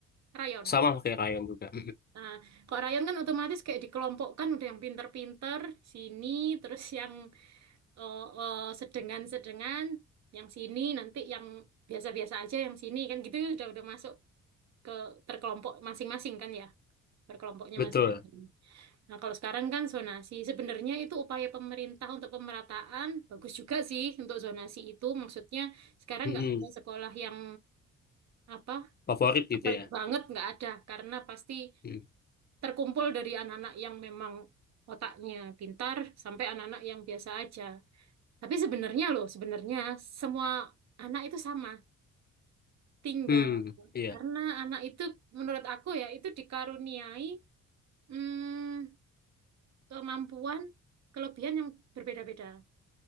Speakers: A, on the right (about 60°); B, on the left (about 30°).
A: Rayon.
B: Sama kayak Ryan juga. Mm-mm.
A: Nah, kalau rayon kan otomatis kayak dikelompokkan udah yang pinter-pinter sini, terus yang eh, eh, sedengan-sedengan, yang sini nanti yang biasa-biasa aja yang sini kan gitu udah udah masuk ke terkelompok masing-masing kan ya, berkelompoknya
B: Betul.
A: masing-masing. Nah, kalau sekarang kan zonasi, sebenarnya itu upaya pemerintah untuk pemerataan bagus juga sih untuk zonasi itu. Maksudnya sekarang
B: Mm-mm.
A: nggak ada sekolah yang apa
B: Favorit
A: favorit
B: gitu ya.
A: banget nggak ada karena pasti
B: Mm.
A: terkumpul dari anak-anak yang memang otaknya pintar sampai anak-anak yang biasa aja. Tapi sebenarnya loh, sebenarnya semua anak itu sama, tinggal
B: Hmm, iya,
A: karena anak itu menurut aku ya itu dikaruniai hmm, kemampuan, kelebihan yang berbeda-beda.